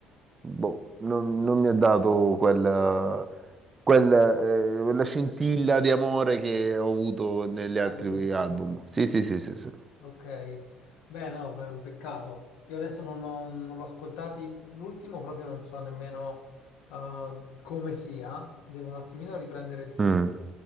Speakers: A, on the right; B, on the left.
A: boh, non, non mi ha dato quel... Quel, eh, quella scintilla di amore che ho avuto negli altri
B: All'inizio.
A: album. Sì, sì, sì, sì, sì.
B: Ok. Beh, no, beh, un peccato. Io adesso non ho- non l'ho ascoltati. L'ultimo proprio non so nemmeno, eh, come sia. Devo un attimino riprendere il filo.
A: Mm.